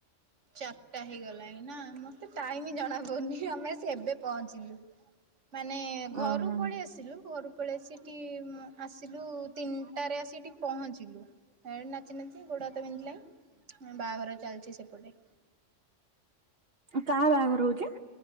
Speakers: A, on the right; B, on the right.
A: ଚାରିଟା ହେଇଗଲାଣି। ମୀନା ମତେ ଟାଇମ ଜଣା ପଉନି ଆମେ ଆ ଏବେ ପହଞ୍ଚିଲୁ। ମାନେ ଘରୁ
B: ଓହୋ
A: ପଳେଇ ଆସିଲୁ ଘରୁ ସେତେବେଳେ ସେଠି ଆସିଲୁ ତିନିଟାରେ ଆସି ସେଠି ପହଞ୍ଚିଲୁ। ନାଚି ନାଚି ଗୋଡ଼ ହାତ ବିନ୍ଧିଲାଣି ବାହାଘର ଚାଲିଛି ସେପଟେ
B: କାହା ବାହାଘର ହଉଚି।